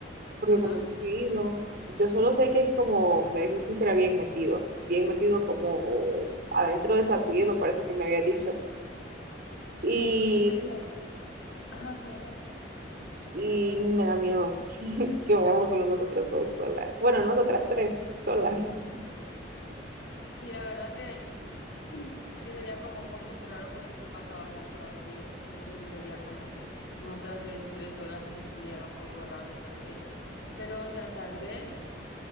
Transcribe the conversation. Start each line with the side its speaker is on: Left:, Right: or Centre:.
Right: porque
Left: Ajá.
Right: como no he ido, yo solo sé que es como, me dijiste que era bien metido, bien metido como adentro de esa tuya, me parece que me había dicho, y,
Left: Es que fíjate, ajá, sí, ¿no?
Right: y me da miedo <laughs> que vayamos solo nosotras dos solas, bueno, nosotras tres solas. <laughs>
Left: Sí, la verdad que sí sería como un poquito raro porque sí pasa bastante vacío, entonces sí sería como que nosotras es tres horas se sentiría un poco raro tal vez, pero o sea, tal vez,